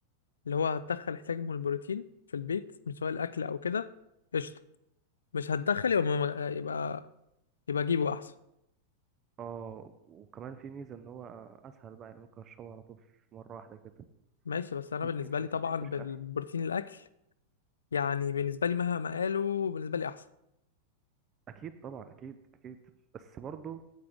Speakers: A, on the left; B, on the right.
A: اللي هو هتدخل احتياج من البروتين في البيت مش سواء الاكل او كده قشطة مش هتدخل يبقى ما- يبقى يبقى جيبه احسن
B: اه وكمان في ميزه ان هو اسهل بقى يعني ممكن اشربه على طول في مره واحده كده
A: ماشي بس انا
B: ممكن
A: بالنسبة
B: في
A: لي
B: ناس
A: طبعا
B: ما بتحبش
A: بالبروتين
B: الاكل
A: الاكل يعني بالنسبة لي مهما قالوا بالنسبة لي احسن
B: اكيد طبعا اكيد اكيد بس برضه